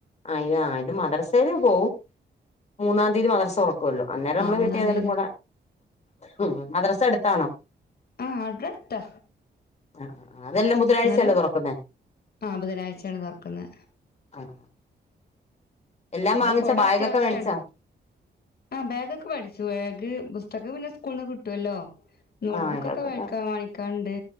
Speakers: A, on the left; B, on the left.
A: ആഹ് ഇത് ആഹ് ഇത് മദ്രസേല് പോവും. മൂന്നാം തീയതി മദ്രസൊർ ക്കൊല്ലോ. അന്നേരം
B: ആഹ്
A: മ്മള്
B: മൂന്നാം
A: വീട്ടി ഏതോലും
B: തീയതി
A: കൊട ഉം മദ്രസ അട്ത്താണോ?
B: ആഹ് അതട്ത്താ
A: ആഹ് ആഹ് അതെല്ലാം ബുധനാഴ്ചയല്ലേ
B: ന്നാലും
A: തുറക്കുന്നേ
B: ആഹ് ബുധനാഴ്ച്ചേണ് തൊർക്കുന്നേ
A: ആഹ് എല്ലാം
B: പ്പൊ
A: വാങ്ങിച്ച
B: കൊട
A: ബാഗൊക്കെ
B: അത്യാവശ്യാണ്
A: മേടിച്ചാ
B: ആഹ് ബാഗ് ഒക്കെ വേടിച്ചു. ബാഗ്, പുസ്തകം പിന്നെ സ്കൂൾന്ന് കിട്ടുവല്ലോ നോട്ട്
A: ആഹ്
B: ബുക്കൊക്കെ
A: ഇവർക്കൊക്കെ
B: വാ <unintelligible> ക്കാ വാണിക്കാൻണ്ട്.